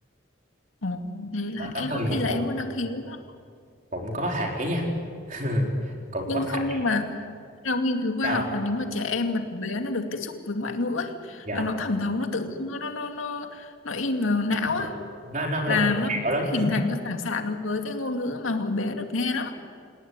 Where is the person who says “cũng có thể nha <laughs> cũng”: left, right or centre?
Right